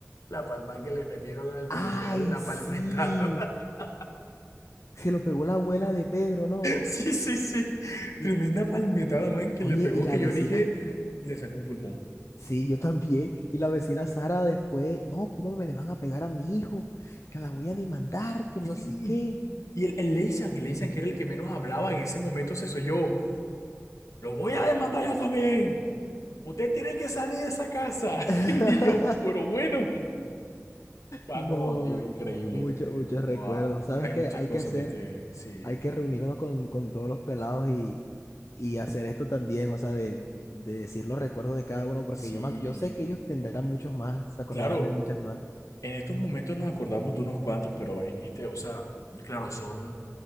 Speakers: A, on the left; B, on the left.
A: La palma que le metieron al Meizal,
B: ¡Ay,
A: la
B: sí!
A: palmetada. <laughs>
B: Se lo pegó la abuela de Pedro, ¿no?
A: Sí, sí, sí. Tremenda
B: N-
A: palmetada, man, que
B: Oye,
A: le pegó
B: y la
A: que
B: vecina,
A: yo dije, le sacó un pulmón.
B: Sí, yo también. Y la vecina Sara después, no, ¿cómo me le van a pegar a mi hijo? Que la voy a demandar, que
A: Sí.
B: no sé qué.
A: Y el, el Leysan, el Leysan, que era el que menos hablaba en ese momento, se soyó. Lo voy a demandar yo también. Ustedes tienen que salir de esa casa. <laughs>
B: <laughs>
A: Y yo, pero bueno. Ah,
B: No,
A: no, tío, increíble.
B: muchos, muchos recuerdos.
A: Guau.
B: ¿Sabes
A: Hay
B: qué?
A: muchas
B: Hay
A: cosas
B: que hacer,
A: de este. Sí,
B: hay que reunirnos con, con todos los pelados y, y hacer esto también, o sea, de, de decir los recuerdos de cada uno, porque
A: sí.
B: yo, me ac- yo sé que ellos tendrán muchos más, se acordarán
A: Claro.
B: de muchas más.
A: En estos momentos nos acordamos de unos cuantos, pero en este, o sea, claro, son,